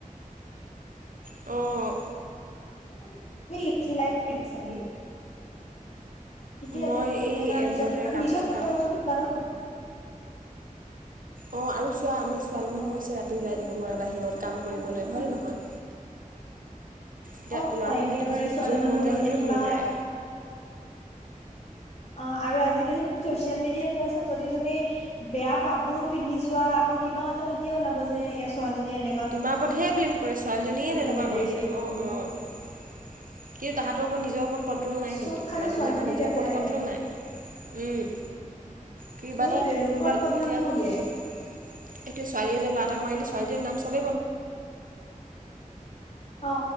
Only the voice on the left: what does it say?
<unintelligible> ঠিকে
আছে কৰি
থাকা
নিজৰ
-নিজৰ
খৰচটো উলায়ো।
অ
নিজৰ
নিজৰ
খৰচটো
<unintelligible>
অ,
একেবাৰে
ছোৱালী
মানুহ
গ'লে
কিবা
সেয়া
অ, আৰু আজিকালি যদি ছ'চিয়েল মিডিয়াত সোমাইছাঁ যদি তুমি বেয়া কাপোৰো পিন্ধি যোৱা আকৌ কিবা এটা তেতিয়া ওলাব যে এ ছোৱালজনীয়ে এনে
হেৰি দেৰিলৈকে
ঘূৰি
ফুৰে
চব
খালি
ছোৱালীজনীৰ
গাতে
আহে
সেইটোয়ে
লোকৰ
বদনামটো
উলিয়াই
অ',